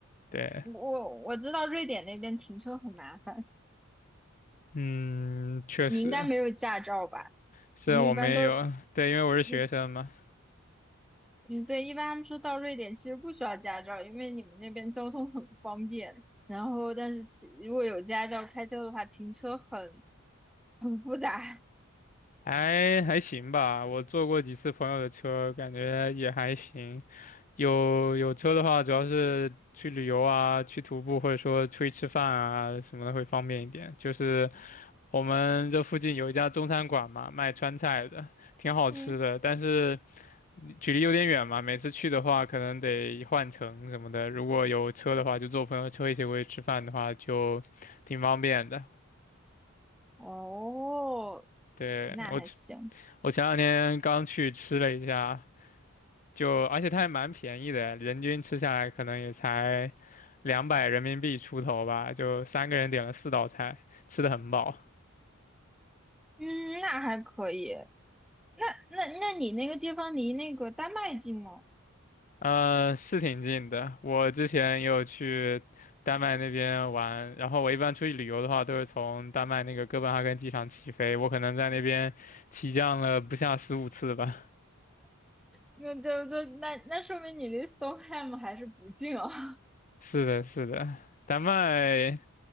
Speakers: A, on the left; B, in the centre.
A: 对，
B: 我我知道瑞典那边停车很麻烦，
A: 嗯，确实
B: 你应该没有驾照吧？
A: 是啊我没有，
B: 你一般都
A: 对，因为我是学生嘛，
B: 一嗯对，一般他们说到瑞典其实不需要驾照，因为你们那边交通很方便。然后，但是其如果有驾照开车的话，停车很很复杂。
A: 还还行吧。我坐过几次朋友的车，感觉也还行。有有车的话，主要是去旅游啊，去徒步，或者说出去吃饭啊什么的会方便一点。就是我们这附近有一家中餐馆嘛，卖川菜的，挺好吃的，
B: <laughs> 嗯，
A: 但是距离有点远嘛，每次去的话可能得换乘什么的。如果有车的话，就坐朋友车一起过去吃饭的话，就挺方便的。
B: 哦，
A: 对，
B: 那还行，
A: 我，我前两天刚去吃了一下，就而且它还蛮便宜的，人均吃下来可能也才两百人民币出头吧，就三个人点了四道菜，吃的很饱。
B: 嗯，那还可以。那那那你那个地方离那个丹麦近吗？
A: 呃，是挺近的。我之前也有去丹麦那边玩，然后我一般出去旅游的话，都是从丹麦那个哥本哈根机场起飞。我可能在那边起降了不下十五次吧。
B: 那就就那那说明你离 Stockholm 还是不近啊？
A: 是的，是的，丹麦，